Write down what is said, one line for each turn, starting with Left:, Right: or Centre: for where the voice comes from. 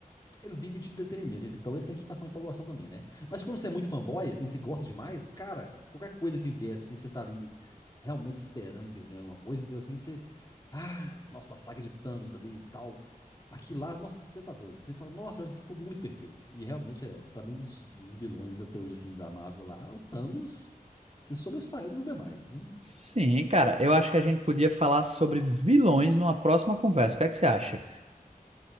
Left: ele vive de entretenimento, então ele tem que passar uma empolgação também, né? Mas quando você é muito fanboy, assim, você gosta demais, cara, qualquer coisa que vier, assim, você tá ali realmente esperando que venha alguma coisa, entendeu? Assim, você. Ah, nossa, a saga de Thanos ali e tal. Aqui lá, nossa, você tá doido. Você fala, nossa, ficou muito perfeito. E realmente, é, pra mim, dos, dos vilões até hoje, assim, da Marvel lá, o Thanos se sobressaiu dos demais, viu?
Right: Sim, cara, eu acho que a gente podia falar sobre vilões numa próxima conversa. O que é que você acha?